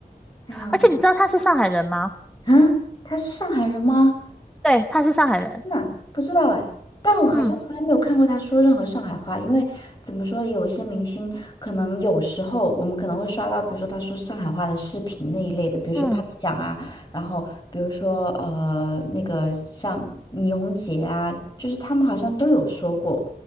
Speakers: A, on the left (about 25°); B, in the centre.
A: 哎呀，
B: 而且你知道他是上海人吗？
A: 啊，他是上海人吗？
B: 对，他是上海人。
A: 真的不知道哎，但我好像从来没有看过他说任何上海话，
B: 嗯
A: 因为怎么说，有一些明星可能有时候我们可能会刷到，比如说他说上海话的视频那一类的，比如说
B: 嗯。
A: Papi 酱啊，然后比如说呃那个像倪虹洁啊，就是他们好像都有说过。